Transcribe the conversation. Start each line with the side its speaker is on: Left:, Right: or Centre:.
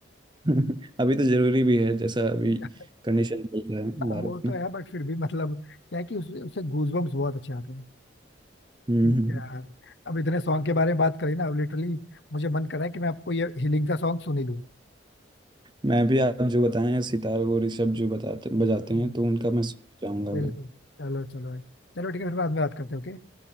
Right: <laughs> अभी तो जरूरी भी है जैसा अभी
Left: <laughs>
Right: कंडीशन चल रहा है भारत
Left: वो
Right: में
Left: तो है बट फिर भी मतलब क्या है कि उस, उससे गूजबम्प्स बहुत अच्छे आते हैं
Right: हम्म
Left: ठीक
Right: हम्म।
Left: है यार अब इतने सॉन्ग के बारे में बात करी ना अब लिटरली मुझे मन कर रहा है कि मैं आपको ये हीलिंग का सॉन्ग सुन ही लूँ
Right: मैं भी आप जो बताएं सितार और ऋषभ जो बताते बजाते
Left: हाँ,
Right: हैं तो उनका मैं सुनना चाहूंगा अभी
Left: बिल्कुल चलो चलो भाई चलो ठीक है फिर बाद में बात करते हैं ओके